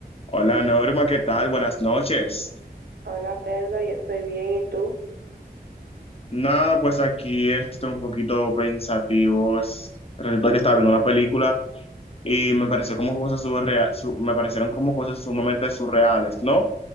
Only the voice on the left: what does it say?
Hola Norma, ¿qué tal? Buenas noches.
Nada, pues aquí estoy un poquito pensativo. Es- Resulta que estaba viendo una película y me pareció como cosas surrea- su- me parecieron como cosas sumamente surreales, ¿no?